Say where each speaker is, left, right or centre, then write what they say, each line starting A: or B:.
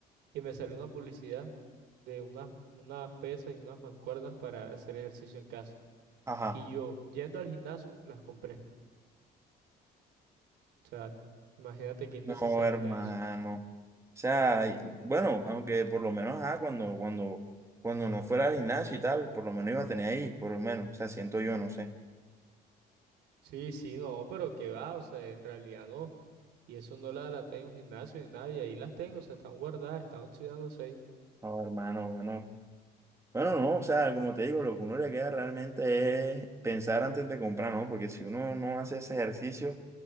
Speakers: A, on the right (about 85°); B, on the right (about 15°).
A: y me salió una publicidad de unas, unas pesas y unas mancuernas para hacer ejercicio en casa.
B: Ajá.
A: Y yo, yendo al gimnasio, las compré. O sea, imagínate qué innecesario
B: No, hermano.
A: era eso.
B: O sea, y- bueno, aunque por lo menos, ah, cuando, cuando, cuando no fuera al gimnasio y tal, por lo menos iba a tener ahí, por lo menos. O sea, siento yo, no sé.
A: Sí, sí, no, pero que va, o sea, en realidad no. Y eso no la la en un gimnasio ni nada, y ahí las tengo, o sea, están guardadas, están oxidándose ahí.
B: No, hermano, bueno. Bueno, no, o sea, como te digo, lo que uno le queda realmente es pensar antes de comprar, ¿no? Porque si uno no hace ese ejercicio,